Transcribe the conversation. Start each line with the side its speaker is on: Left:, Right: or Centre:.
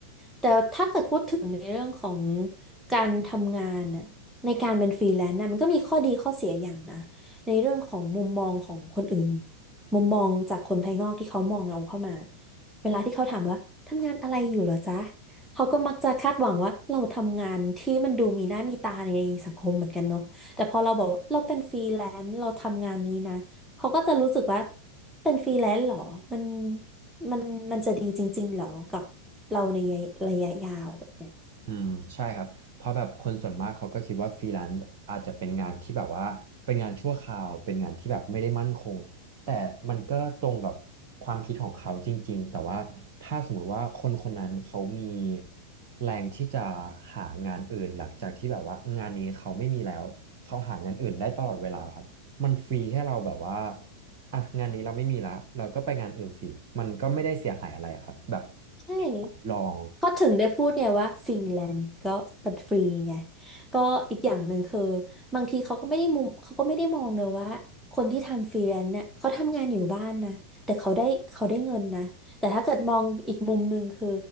Centre: แต่ถ้าเกิดพูดถึงในเรื่องของการทำงานน่ะในการเป็นฟรีแลนซ์น่ะมันก็มีข้อดีข้อเสียอย่างนะในเรื่องของมุมมองของคนอื่นมุมมองจากคนภายนอกที่เขามองเราเข้ามาเวลาที่เขาถามว่าทำงานอะไรอยู่เหรอจ๊ะเขาก็มักจะคาดหวังว่าเราทำงานที่มันดูมีหน้ามีตาในสังคมเหมือนกันเนาะแต่พอเราบอกว่าเราเป็นฟรีแลนซ์เราทำงานนี้นะเขาก็จะรู้สึกว่าเป็นฟรีแลนซ์เหรอมัน มันมันจะดีจริงๆเหรอ กับเราในระยะยาวแบบเนี้ย
Right: อืมใช่ครับเพราะแบบคนส่วนมากเขาก็คิดว่าฟรีแลนซ์อาจจะเป็นงานที่แบบว่าเป็นงานชั่วคราวเป็นงานที่แบบไม่ได้มั่นคงแต่มันก็ตรงกับความคิดของเขาจริงๆแต่ว่าถ้าสมมุติว่าคนคนนั้นเขามีแรงที่จะหางานอื่นหลังจากที่แบบว่างานนี้เขาไม่มีแล้วเขาหางานอื่นได้ตลอดเวลาครับมันฟรีให้เราแบบว่าอ่ะงานนี้เราไม่มีละเราก็ไปงานอื่นสิมันก็ไม่ได้เสียหายอะไรครับแบบ
Centre: ใช่
Right: ลอง
Centre: ก็ถึงได้พูดไงว่าฟรีแลนซ์ก็เป็นฟรีไงก็อีกอย่างหนึ่งคือบางทีเขาก็ไม่ได้มุมเขาก็ไม่ได้มองเลยว่าคนที่ทำฟรีแลนซ์เนี่ยเขาทำงานอยู่บ้านนะแต่เขาได้เขาได้เงินนะแต่ถ้าเกิดมองอีกมุมหนึ่งคือ